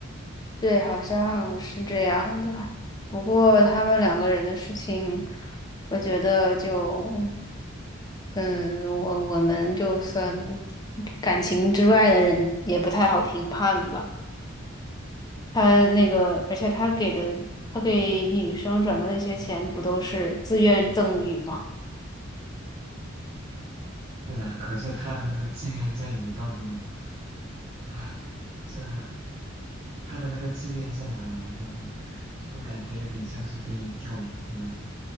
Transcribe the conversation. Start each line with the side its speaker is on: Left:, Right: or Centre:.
Left: 对，好像是这样的。不过他们两个人的事情，我觉得就，嗯，我我们就算感情之外的人也不太好评判吧。他那个，而且他给的，他给女生转的那些钱不都是自愿赠与吗？
Right: 是啊，可是他的那个自愿自语到底？唉，这他的那个志愿是哪来的呢？就感觉有点像是被钓鱼了，